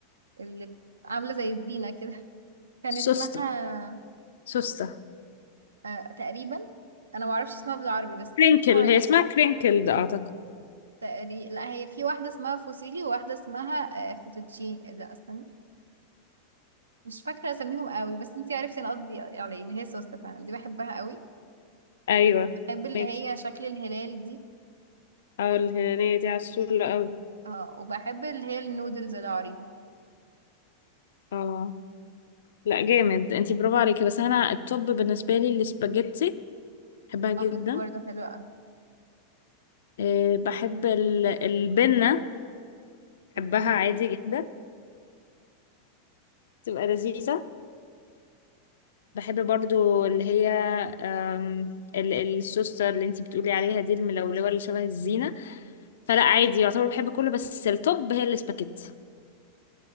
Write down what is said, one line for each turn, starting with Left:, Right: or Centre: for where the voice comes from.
Right: اللي عاملة زي الزينة كده <laughs> كان اسمها
Left: سوسته سوسته
Right: آه تقريبا انا ما اعرفش اسمها بالعربي بس
Left: كرينكل
Right: اسمها
Left: هي اسمها كرينكل ده اعتقد
Right: تقريبا لا هي في واحدة اسمها فوسيلي وواحدة اسمها آه فيتوتشين لا استني مش فاكرة اساميهم قوي بس انتي عرفتي انا قصدي على ايه اللي هي سوستة فعلا دي بحبها قوي
Left: ايوه
Right: وبحب اللي
Left: ميكي
Right: هي شكل الهلال دي
Left: اه الهنية دي عسولة قوي
Right: اه وبحب اللي هي النودلز العريضة
Left: اه لا جامد انتي برافو عليكي بس انا التوب بالنسبة لي السباجيتي بحبها جدا
Right: اه دي برضه حلوة قوي
Left: أه بحب ال- البنة
Right: اوكي
Left: بحبها عادي جدا تبقى لذيذة بحب برضو اللي هي أم، ال- السوستر اللي انتي بتقولي عليها دي الملولوة اللي شبه الزينة فلا عادي يعتبر بحب كله بس التوب هي السباجيتي